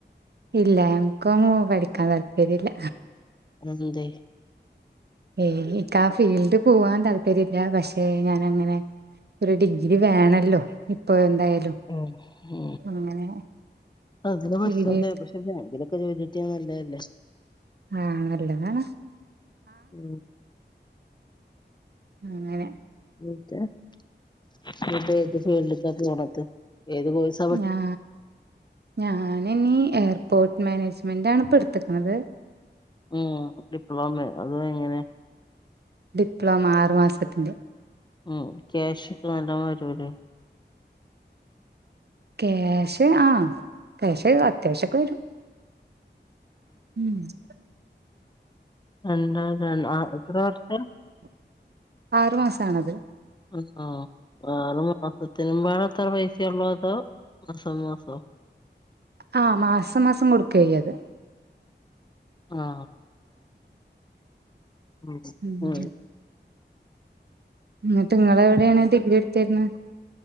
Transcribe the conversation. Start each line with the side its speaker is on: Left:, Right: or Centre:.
Right: ഇല്ല എംകൊമ് പഠിക്കാൻ താല്പര്യല്ല
Left: അതെന്തേയ്
Right: ഏയ് ഇക്കാ ഫീൽഡ് പോവാൻ താല്പര്യല്ല പക്ഷെ ഞാനങ്ങനെ ഒരു ഡിഗ്രി വേണല്ലോ ഇപ്പൊ എന്തായാലും
Left: അ മ്
Right: അങ്ങനെ
Left: അതിന് പഠിച്ചൊണ്ടൃ
Right: ഡിഗ്രി
Left: പഷെ ബേങ്കിൽ ജോലിട്ട്യാനല്ലെയല്ലേ
Right: ആ അല്ലതാണ്
Left: മ്
Right: അങ്ങനെ
Left: <unintelligible> നിപ്പോ ഏത് ഫീൽഡക്കാ കേറത്ത് ഏത് കോഴ്സ്
Right: ഞാ ഞാനിനി എയർപോട്ട് മാനേജ്മെൻ്റാണ് ഇപ്പട്ത്ത്ക്ണത്
Left: മ് ഡിപ്ലോമെ അത് എങ്ങനെ
Right: ഡിപ്ലോമ ആറ് മാസത്തിൻ്റെ
Left: മ് ക്യാഷ് ക്ക് നല്ലോം വെരുലേ
Right: കേഷ് ആ. കേഷ്. അത്യാവശ്യൊക്കെരു.. മ്മ്
Left: രണ്ടാര. ആ എത്ര വർഷം..
Right: ആറു മാസാണത്
Left: ആ ആ. വറന്താ.. ഒക്കത്തിനുമ്പാടത്ര. പൈസയൊള്ളു. അതോ മാസം മാസോ..
Right: ആഹ. മാസം മാസം. കൊട് ക്യ്യത്..
Left: ആഹ.. ഉം
Right: മ്മ്ഹ്.
Left: ഉം
Right: ന്നട്ട് നിങ്ങളെവിടെണ് ഡിഗ്രി എടുത്തിര്ന്ന്?